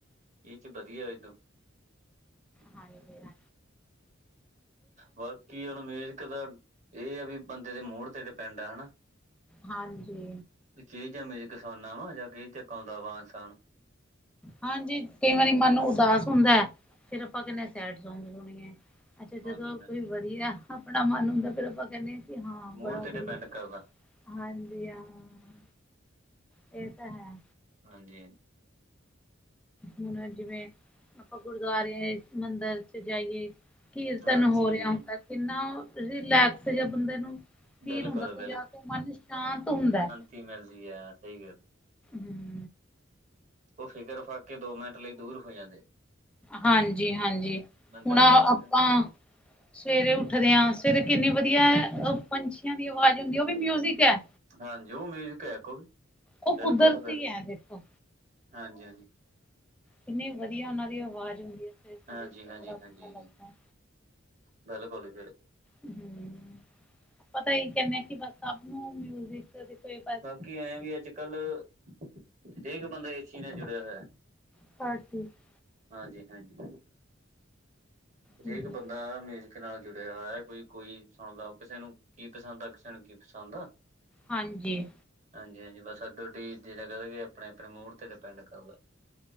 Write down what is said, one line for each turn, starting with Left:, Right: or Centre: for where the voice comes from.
Right: ਇਹ ਚ ਬਧੀਐ ਏਦੋਂ
Centre: ਹਾਂਜੀ। ਹਾ
Right: ਬਾਕੀ ਹੁਣ ਮਿਊਜਿਕ ਦਾ ਏਹ ਆ ਵੀ ਬੰਦੇ ਦੇ ਮੂਡ ਤੇ ਡਿਪੈਂਡ ਆ। ਹਨਾ।
Centre: ਹਾਂਜੀ।
Right: ਵਿਚੇ ਜਮੇ ਕਿਸਾਨਾਂ ਵਾ ਜਾਂ ਕਿ ਚੱਕ ਆਂਦਾ ਵਾ ਇਨਸਾਨ।
Centre: ਹਾਂਜੀ। ਕਈ ਵਾਰੀ ਮਨ ਉਦਾਸ ਹੁੰਦੈ, ਫਿਰ ਆਪਾਂ ਕਹਨੇ ਆ ਸੈਡ ਸੌਗ ਸੁਣੀਏ। ਅੱਛਾ। ਜਦੋਂ
Right: ਹਾਂਜੀ
Centre: ਕੋਈ
Right: ਹਾਂਜੀ
Centre: ਵਧੀਆ ਆਪਣਾ ਮਨ ਹੁੰਦੈ ਫੇਰ ਆਪਾਂ ਕਹਿੰਨੇ ਕਿ ਹਾਂ
Right: ਮੂੜ
Centre: ਬੜਾ
Right: ਤੇ
Centre: ਵਧੀਆ।
Right: ਡਿਪੈਂਡ ਕਰਦਾ।
Centre: ਹਾਂਜੀ ਹਾਂ। ਇਹ ਤਾਂ ਹੈ।
Right: ਹਾਂਜੀ-ਹਾਂਜੀ।
Centre: ਹੁਣ ਜਿਵੇਂ, ਆਪਾਂ ਗੁਰਦੁਆਰੇ, ਮੰਦਰ ਚ ਜਾਈਏ। ਕੀਰਤਨ
Right: ਹਾਂਜੀ
Centre: ਹੋ ਰਿਹਾ ਹੁੰਦਾ, ਕਿੰਨਾ ਰਿਲੈਕਸ ਜਾਂ ਬੰਦੇ ਨੂੰ ਫੀਲ
Right: ਬਿਲਕੁਲ
Centre: ਹੁੰਦਾ ਤੇ ਜਾ ਕੇ ਮਨ ਸ਼ਾਂਤ ਹੁੰਦਾ।
Right: ਤੀ ਮਿਲਦੀ ਆ ਸਹੀ ਗੱਲ
Centre: ਹੂੰ।
Right: ਉਹ ਫ਼ਿਕਰ- ਫਾਕੇ ਦੋ ਮਿੰਟ ਲਈ ਦੂਰ ਹੋ ਜਾਂਦੇ।
Centre: ਹਾਂਜੀ-ਹਾਂਜੀ
Right: ਬੰਦਾ
Centre: ਹੁਣ ਆਪਾਂ
Right: ਰਿਲੈਕਸ
Centre: ਸਵੇਰੇ ਉੱਠਦੇ ਆਂ ਸਵੇਰੇ ਕਿੰਨੀਂ ਵਧੀਆ ਓ ਪੰਛੀਆਂ ਦੀ ਆਵਾਜ਼ ਹੁੰਦੀ ਹੈ ਉਹ ਵੀ ਮਿਊਜਿਕ ਹੈ।
Right: ਹਾਂਜੀ ਉਹ ਮਿਊਜਿਕ ਹੈ ਇਕ ਓ ਵੀ
Centre: ਉਹ
Right: ਬਿਲਕੁਲ-
Centre: ਕੁਦਰਤੀ
Right: ਬਿਲਕੁਲ,
Centre: ਹੈ ਦੇਖੋ
Right: ਹਾਂਜੀ- ਹਾਂਜੀ।
Centre: ਕਿੰਨੀ ਵਧੀਆ ਉਹਨਾਂ ਦੀ ਆਵਾਜ਼ ਹੁੰਦੀ ਆ, ਸਵੇਰੇ-
Right: ਹਾਂਜੀ
Centre: ਸਵੇਰੇ
Right: ਹਾਂਜੀ
Centre: ਬੜਾ
Right: ਹਾਂਜੀ
Centre: ਮਨ ਲੱਗਦਾ ਐ‌।
Right: ਬਿਲਕੁਲ ਹੀ ਬਿਲਕੁਲ।
Centre: ਹੂੰ ਪਤਾ ਇਹ ਕਹਿਣੇ ਆ ਕਿ ਬਸ ਸਭ ਨੂੰ ਮਿਊਜਿਕ ਦੇਥੇ।
Right: ਬਾਕੀ ਐਂ ਵੀ ਅੱਜ ਕੱਲ ਹਰੇਕ ਬੰਦਾ ਇਸ ਚੀਜ਼ ਨਾਲ ਜੁੜਿਆ ਹੋਇਆ।
Centre: <unintelligible>
Right: ਹਾਂਜੀ -ਹਾਂਜੀ। ਹਰੇਕ
Centre: ਹੂੰ
Right: ਬੰਦਾ ਆ ਮਿਊਜ਼ਿਕ। ਮਿਊਜ਼ਿਕ ਨਾਲ ਜੁੜਿਆ ਹੋਇਆ ਕੋਈ- ਕੋਈ ਸੁਣਦਾ ਕਿਸੇ ਨੂੰ ਕੀ ਪਸੰਦ ਆ ਕਿਸੇ ਨੂੰ ਕੀ ਪਸੰਦ ਆ।
Centre: ਹਾਂਜੀ।
Right: ਹਾਂਜੀ- ਹਾਂਜੀ ਬਸ ਸਾਡਾ ਉਡੀ ਜਿਵੇ ਕਹਿਦੇ ਆਪਣੇ- ਆਪਣੇ ਮੂਡ ਤੇ ਡਿਪੈਂਡ ਕਰਦਾ।